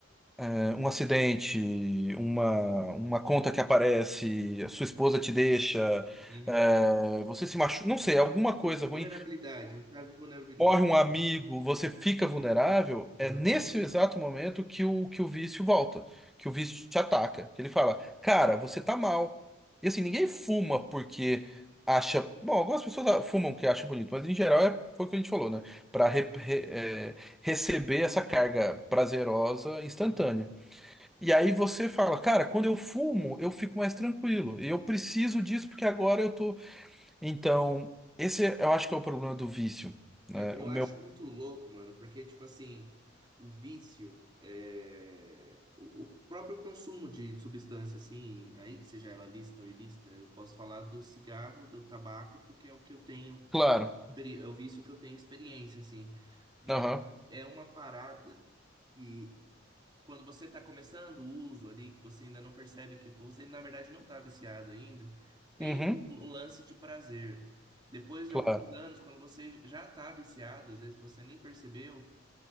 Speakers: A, in the centre; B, on the right.
A: é, um acidente, uma, uma conta que aparece, a sua esposa te deixa,
B: Uhum.
A: é, você se machuca, não sei, alguma coisa
B: Vul-
A: ruim
B: Vulnerabilidade, um estado de vulnerabilidade,
A: morre um amigo,
B: né?
A: você fica vulnerável, é
B: Uhum.
A: nesse exato momento que o, que o vício volta, que o vício te ataca. Que ele fala, cara, você tá mal. E assim, ninguém fuma porque acha. Bom, algumas pessoas fumam que acham bonito, mas em geral é foi o que a gente falou, né? Pra re- re- é, receber essa carga prazerosa instantânea.
B: Uhum.
A: E aí você fala, cara, quando eu fumo, eu fico mais tranquilo. E eu preciso disso porque agora eu tô. Então, esse é, eu acho que é o problema do vício né?
B: É,
A: O
B: eu acho
A: meu
B: muito louco, mano, porque, tipo assim, o vício, é, o, o próprio consumo de substância, assim, aí, seja ela lista ou ilícita, eu posso falar do cigarro, do tabaco, porque é o que eu tenho,
A: Claro.
B: é o vício que eu tenho experiência, assim. Mano,
A: Aham.
B: é uma parada. e quando você está começando o uso ali, que você ainda não percebe que você, na verdade, não está viciado ainda, tem
A: Uhum.
B: um, um lance de prazer. Depois
A: Claro.
B: de alguns anos, quando você já está viciado, às vezes você nem percebeu,